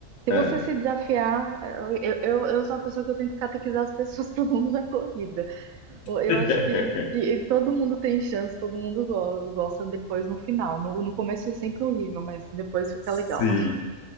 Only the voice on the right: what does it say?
se
você se desafiar, eu, eu, eu sou a pessoa que eu tento catequizar as pessoas <laughs> para o mundo da corrida. Eu eu
acho que, que todo mundo tem chance, todo mundo go- gosta depois no final. No, no começo é sempre horrível, mas depois fica
legal.